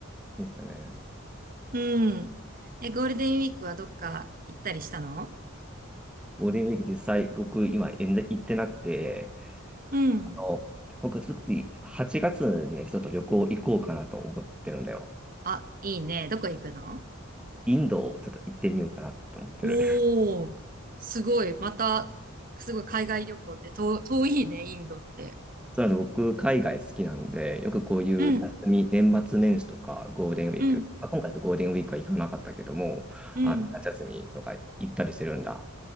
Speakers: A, in the centre; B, on the right (about 40°).
A: そうだね。
B: うん。え、ゴールデンウィークはどっか行ったりしたの
A: ゴールデンウィーク実際僕今全然行ってなくて、
B: うん。
A: あの、僕ちょっと8月にね、ちょっと旅行行こうかなと思ってるんだよ。
B: あ、いいね。どこ行くの
A: インドをちょっと行ってみようかなと思ってる。
B: おー、すごい。また、すごい海外旅行ってと遠いね、インドって。
A: そうなんです。僕、海外好きなんで、よくこういう休み、
B: うん、
A: 年末年始とかゴールデンウィーク、
B: うん、
A: まあ、今回のゴールデンウィークは行かなかったけども、
B: うん、
A: あの夏休みとか行ったりしてるんだ。